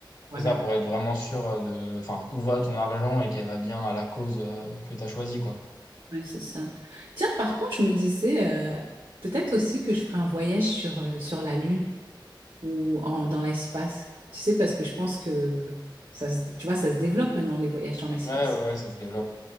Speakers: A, on the right; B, on the left.
A: Voilà,
B: C'est ça, pour être vraiment sûr euh, de, enfin, où va ton argent et qu'elle va bien à la cause euh, que tu as choisie, quoi.
A: ouais, c'est ça. Tiens, par contre, je me disais euh, peut-être aussi que je ferais un voyage sur euh, sur la Lune. ou en, dans l'espace. Tu sais, parce que je pense que ça, se- tu vois, ça se développe maintenant, les voyages dans l'espace.
B: Ouais, ouais, ça se développe.